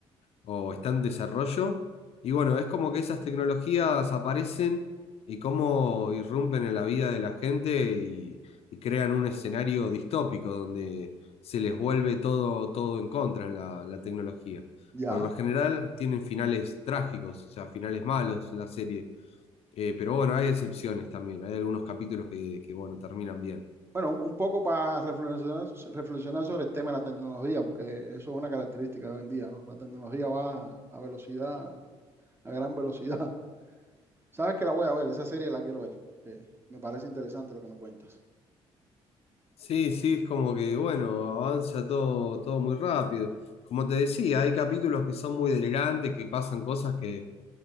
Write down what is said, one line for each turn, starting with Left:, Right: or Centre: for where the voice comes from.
Left: o está en desarrollo. Y bueno, es como que esas tecnologías aparecen y cómo irrumpen en la vida de la gente y, y crean un escenario distópico donde se les vuelve todo, todo en contra en la, la tecnología.
Right: Ya.
Left: Por lo general tienen finales trágicos, o sea, finales malos la serie. Eh, pero bueno, hay excepciones también. Hay algunos capítulos que, que bueno, terminan bien.
Right: Bueno, un, un poco para reflexionar, reflexionar sobre el tema de la tecnología, porque eso es una característica de hoy en día, ¿no? La tecnología va a velocidad, a gran velocidad. <laughs> Sabes que la voy a ver, esa serie la quiero ver, porque me parece interesante lo que me cuentas.
Left: Sí, sí, es como que, bueno, avanza todo, todo muy rápido. Como te decía, hay capítulos que son muy delirantes, que pasan cosas que,